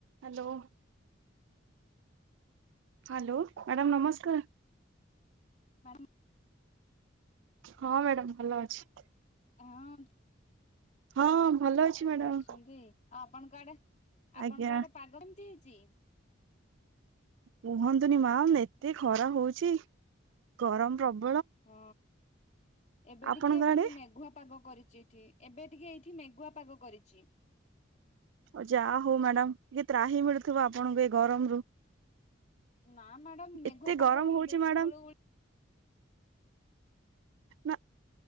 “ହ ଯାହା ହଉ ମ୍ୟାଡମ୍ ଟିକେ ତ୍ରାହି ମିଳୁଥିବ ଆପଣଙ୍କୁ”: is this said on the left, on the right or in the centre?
Right